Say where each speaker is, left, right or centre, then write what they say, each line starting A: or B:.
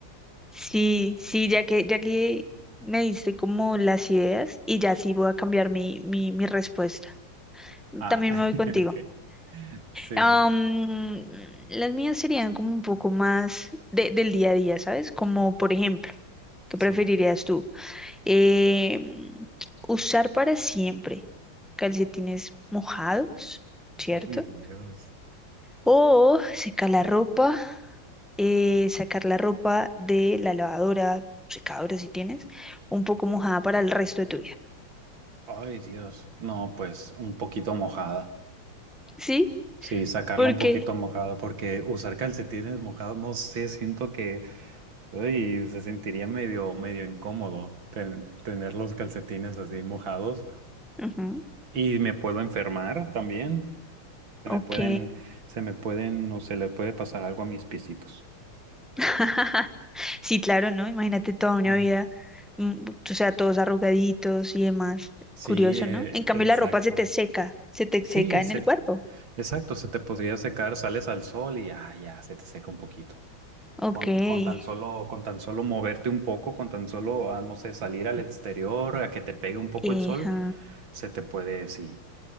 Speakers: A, in the centre; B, on the right.
A: sí, sí, ya que, ya que me diste como las ideas y ya sí voy a cambiar mi, mi, mi respuesta.
B: Ah,
A: También
B: <laughs>
A: me voy contigo.
B: ok. Sí,
A: Am, las mías serían como un poco más de- del día a día, ¿sabes? Como por ejemplo, ¿qué
B: sí.
A: preferirías tú? Em, usar para siempre calcetines mojados, ¿cierto?
B: Uy, Dios.
A: O secar la ropa, eh, sacar la ropa de la lavadora, secadora si tienes, un poco mojada para el resto de tu vida.
B: Ay, Dios. No, pues un poquito mojada.
A: ¿Sí?
B: Sí, sacarla
A: ¿Por
B: un poquito
A: qué?
B: mojada porque usar calcetines mojados, no sé, siento que, uy, se sentiría medio, medio incómodo ten- tener los calcetines así mojados
A: Ujú,
B: y me puedo enfermar también. Se
A: Ok.
B: me pueden, se me pueden, o se le puede pasar algo a mis piecitos.
A: <laughs> Sí, claro, ¿no? Imagínate toda una
B: Mm.
A: vida, mm, o sea, todos arrugaditos y demás.
B: Sí,
A: Curioso,
B: eh,
A: ¿no? En cambio,
B: exacto.
A: la ropa se te seca, se te
B: Sí,
A: seca en
B: se.
A: el cuerpo.
B: Exacto, se te podría secar, sales al sol y ya, ya, se te seca un poquito.
A: Ok.
B: Con,
A: eh,
B: con tan solo, con tan solo moverte un poco, con tan solo, ah, no sé, salir al exterior, a que te pegue un poco
A: Ajá.
B: el sol, se te puede, sí.